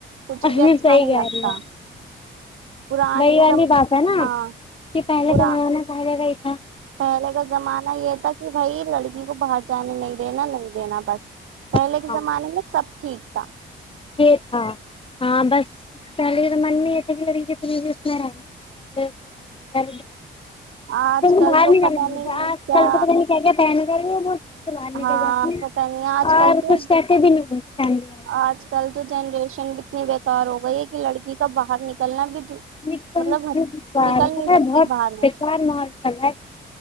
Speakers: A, on the right; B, on the left.
A: کچھ
B: صحی
A: بھی اچھا
B: کہہ
A: نہیں
B: رہی
A: لگتا
B: ہ
A: پرانے
B: وہی
A: کے
B: والی
A: زم
B: بات ہے نا
A: ہاں
B: کہ پہلے
A: پورا
B: تو میں نے پہلے تھا
A: پہلے کا زمانہ یہ تھا کہ بھائی لڑکی کو باہر جانے نہیں دینا نہیں دینا بس پہلے
B: ہاں
A: کے زمانے میں سب ٹھیک تھا
B: یہ تھا ہاں بسرے من میں یہ کہ بھینا ہے کپڑے پ
A: آج
B: پھر
A: کل
B: باہر
A: تو
B: نکال
A: پتا نہیں
B: آج
A: کیا
B: کل تو پ کہ کیا پہ گر <unintelligible> سے باہر
A: ہاں
B: نکل جاتی ہیں
A: پتا نہیں آج
B: اور
A: کل تو
B: کچھ کہتے بھی نہیں ملتی فملی والے
A: آج کل تو جنریشن اتنی بیکار ہو گئی ہے کہ لڑکی کا باہر نکلنا بھی د-
B: نکلنا
A: مطلب
B: نہیں دشوار
A: نکل
B: مل
A: نہیں سکتی
B: بہت
A: باہر وہ
B: بیکار ماحول چل رہا